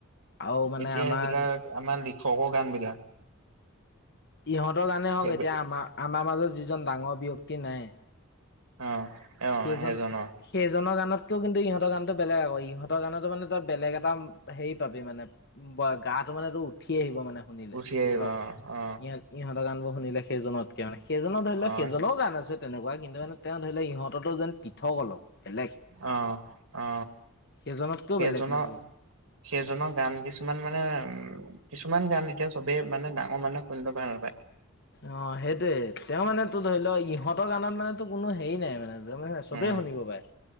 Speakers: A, on the left (about 50°); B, on the right (about 85°).
A: আৰু মানে
B: এতিয়া
A: আমাৰ
B: এইবিলাক, আমাৰ লিখকৰ গান বিলাক
A: ইহঁতৰ গানেই হওঁক,
B: সেই
A: এতিয়া আমাৰ, আমাৰ মাজত যিজন ডাঙৰ ব্যক্তি নাই।
B: অ, অ
A: সেইজন,
B: সেইজনৰ
A: সেইজনৰ গানত কেও কিন্তু ইহঁতৰ গানতো বেলেগ আকৌ, ইহতৰ গানতো মানে তই বেলেগ এটা হেৰি পাবি মানে, গাটো মানেটো উঠি আহিব মানে, শুনিলে
B: উঠি
A: ইহঁতক,
B: আহিব অ অ
A: ইহঁত ইহঁৰ গান বোৰ শুনিলে সেইজনতকে মানে, সেইজনৰ ধৰি লও
B: অ
A: সেইজনৰও গান আছে তেনেকুৱা, কিন্তু মানে তেওঁ ধৰি লও ইহঁত ত, যেন পৃথক অলপ বেলেগ,
B: অ অ
A: সেইজনতকেও
B: সেইজনৰ
A: বেলেগ মানে
B: সেইজনৰ গান কিছুমান মানে, উম, কিছুমান গান এতিয়া চবেই, মানে ডাঙৰ মানুহ শুনিব ভাল পায়।
A: অ, সেইটোয়ে তেওঁ মানে তো, ধৰি ল, ইহঁতৰ গানত মানে, কোনো হেৰি নাই মানে মানে চবেই
B: উম
A: শুনিব পাই।